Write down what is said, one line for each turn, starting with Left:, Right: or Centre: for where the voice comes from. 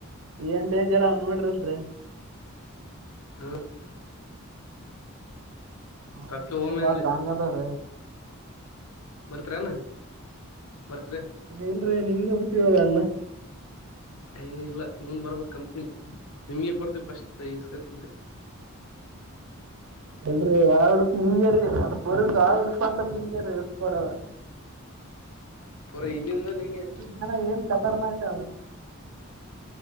Right: ಏನ್ ಡೇಂಜರ್ ಅವ ನೋಡ್ರಂದ್ರ
Left: ಹಾ
Right: ಹಾ
Left: ಅದಕ್ಕೆ ಓಮೆ
Right: ಬಳ ಸಂಗತ ರ
Left: ಬರ್ತ್ರಾನ ಬರ್ತ್ರಿ
Right: ಇಲ್ರಿ ನಿಮ್ಗೆ ಬಿಟ್ಟಿವ ಎಲ್ಲ
Left: ಏ ಇಲ್ಲ ನೀವನ್ ಬರ್ಬೇಕಂ ನಿಮ್ಗೆ ಕೊಡ್ತವಿ ಪಫಸ್ಟ್ ಇಸ್ಕ ಕುತ್ರಿ
Right: ಎಲ್ರರಿ ಒಳ ಉಡುಪ ನಿಂಗೇರೀ ಅವ್ರ ಪೋರ್ಂದ ಹೊ ಉಡುಪ ಅಂತ ನಿಂಗೇರಿ ಇ ಕೊಡವ
Left: ಪೂರಾ ಇಲ್ಲಿಂದ ನಿಂಗೆ
Right: ಜನ ಏನ್ ಕತಾರ್ನಾಕ ಅಲ್ಲ